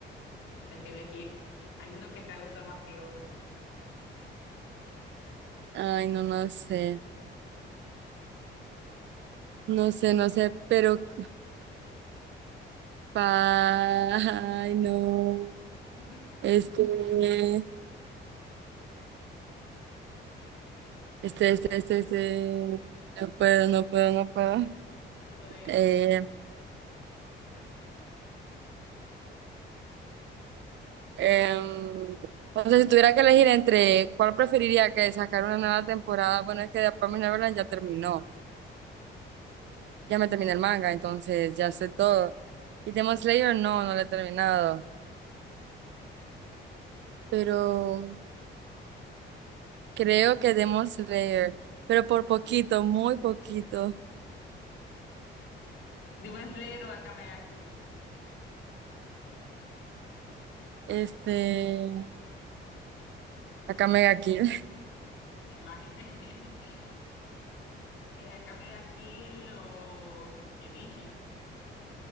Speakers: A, on the left; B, on the right.
A: Es que elegir. Hay uno que te va a gustar más que otro.
B: Ay, no, no sé, no sé, no sé, pero, pa- ay, no,
A: <laughs>
B: este, este, este, este, este, no puedo, no puedo, no puedo.
A: Tipo de
B: Eh, em, o sea, si tuviera que elegir entre cuál preferiría que sacar una nueva temporada, bueno, es que The Promised Neverland ya terminó. ya me terminé el manga, entonces ya sé todo. Y Demon Slayer no, no lo he terminado, pero creo que Demon Slayer, pero por poquito, muy poquito,
A: Demon Slayer o Akame ga Kill,
B: este, acá Mega Kill,
A: me imaginé. <laughs> Eh, Akame ga Kill o Kenichi.